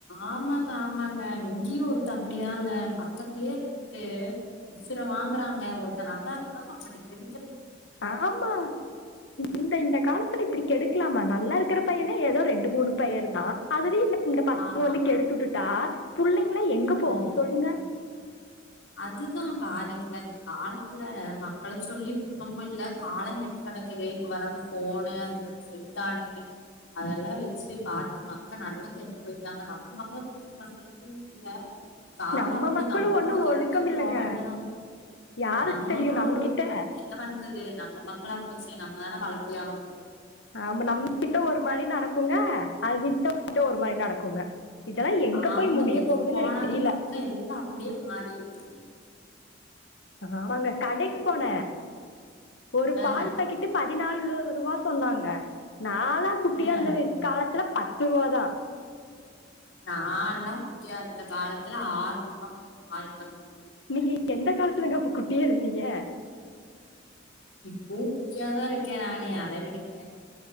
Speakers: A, on the left (about 85°); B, on the left (about 65°).
A: ஆமாங்க ஆமாங்க இங்கயு ஒருத்தே அப்படிதாங்க பக்கத்துலயே இருந்துட்டு உசுர வாங்கறாங்க ஒருத்த நல்லா இருந்தாலு அவன கெடுக்
B: ஆமா இந்த இந்த காலத்துல இப்டி கெடுக்கலாமா நல்லா இருக்கிற பையன ஏதோ ரெண்டு மூணு பெயர் தா அதுலியு இந்த பசங்க
A: ஆமா
B: வந்து கெடுத்துட்டுட்டா புள்ளைங்கள எங்க போகு
A: ஆ
B: சொல்லுங்க
A: அதுதா பாருங்லே இந்த காலத்துல மக்கள சொல்லி குத்தமு இல்ல கால கெட்டு கடக்குது இப்ப வேற அந்து ஃபோனு அந்த செல் தானு அதெல்லா வெச்சி பாத்து மக்க நல்ல கெட்டு போய்ட்டாங்க நம்ம மக்கள குத்த சொல்றதுக்கு இல்ல கால
B: நம்ம
A: அப்டி
B: மக்களும்
A: நம்பளு
B: ஒண்ணும்
A: அதே
B: ஒழுக்கம்
A: மாரி
B: இல்லைங்க
A: போ வேண்டதா
B: யாருக்கு
A: நம்ம
B: தெரியும்
A: மக்களு
B: நம்ம
A: ஒழுக்கமில்ல
B: கிட்ட
A: இப்ப என்ன பண்றத் அது நம்ம மக்களா போச்சி நம்மதான வளத்தி ஆகனு
B: ஆமா நம்மகிட்ட ஒரு மாரி நடக்குங்க அதுட்ட கிட்ட ஒரு மாரி நடக்குங்க இதெல்லா எங்க
A: ஆமாங்க
B: போய் முடிய
A: வெளிய
B: போகுதுனு
A: போனாலே
B: எனக்கு தெரியில
A: மக்கள் எல்லா அப்டியே மாறிருங்க
B: ஆமாங்க கடைக் போன ஒரு
A: ஆ
B: பால் பாக்கிட்டு பதினாலு ரூவா சொன்னாங்க நாலா குட்டியா
A: ஆ
B: இருந்த வே காலத்ல பத்து ரூவா தா
A: நால்லா குட்டியா இருந்த காலத்தில ஆறு ரூவாங்க ஒரு பால் பாக்கெட்டு
B: நீங்க எந்த காலத்துலங்க அப்ப குட்டியா இருந்தீங்க
A: இப்பவு. குட்டியாதா இருக்கே நானு அத விடுங்க